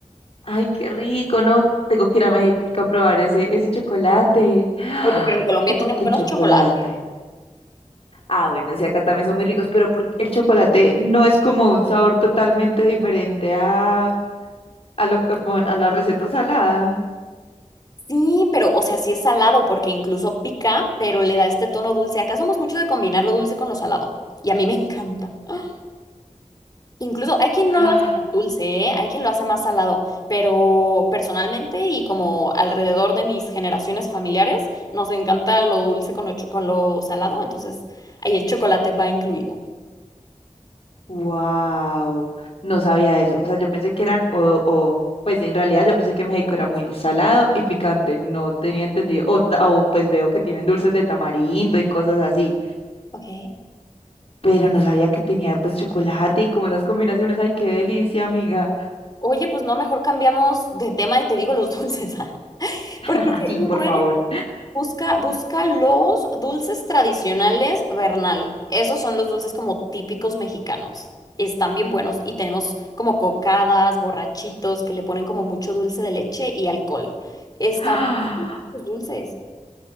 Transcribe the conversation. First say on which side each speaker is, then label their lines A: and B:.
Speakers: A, on the left; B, on the left.
A: Ay, qué rico, no, tengo que ir a México a probar ese, ese chocolate. <gasps>
B: Oye, pero en Colombia
A: ¿Y por
B: tienen
A: qué
B: buenos
A: chocolate?
B: chocolates.
A: Ah, bueno, sí, acá también son muy ricos, pero porque el chocolate no es como un sabor totalmente diferente a, a lo que- a la receta salada.
B: Sí, pero, o sea, sí es salado porque incluso pica, pero le da este tono dulce. Acá somos mucho de combinar lo dulce con lo salado. Y a mí me encanta. <gasps> ¡Ah! Incluso hay quien
A: <gasps>
B: no lo hace tan dulce, ¿eh? Hay quien lo hace más salado. Pero personalmente y como alrededor de mis generaciones familiares, nos encanta lo dulce con lo, cho- con lo salado. Entonces, ahí el chocolate va incluido.
A: Wow, no sabía eso. O sea, yo pensé que eran, o, o, pues en realidad yo pensé que México era muy salado y picante, no tenía entendido. O, ta- o pues veo que tienen dulces de tamarindo y cosas así,
B: Ok.
A: pero no sabía que tenían pues chocolate y como esas combinaciones. Ay, qué delicia, amiga.
B: Oye, pues no, mejor cambiamos de tema y te digo los dulces, <laughs>
A: <laughs>
B: porque si
A: Así,
B: hay un
A: por
B: buen,
A: favor.
B: busca, busca los dulces tradicionales Bernal. Esos son los dulces como típicos mexicanos. Están bien buenos y tenemos como cocadas, borrachitos, que le ponen como mucho dulce de leche y alcohol. Están
A: <gasps>
B: muy buenos los dulces.